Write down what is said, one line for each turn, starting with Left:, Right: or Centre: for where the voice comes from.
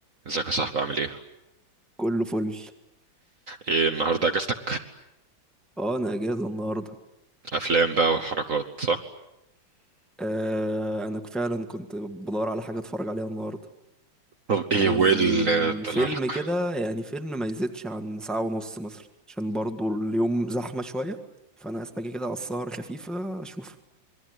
Right: ازيك يا صاحبي عامل ايه؟
Centre: كله فل
Right: ايه النهارده اجازتك؟
Centre: اه انا اجازه النهارده
Right: افلام بقى وحركات صح؟
Centre: آه انا فعلا كنت بدور على حاجه اتفرج عليها النهارده
Right: طب ايه
Centre: عايز
Right: هو ايه اللي
Centre: لي
Right: طلع
Centre: فيلم
Right: لك؟
Centre: كده يعني فيلم ما يزيدش عن ساعه ونص مثلا عشان برضو اليوم زحمه شويه فانا عايز حاجه كده على السهر خفيفه اشوف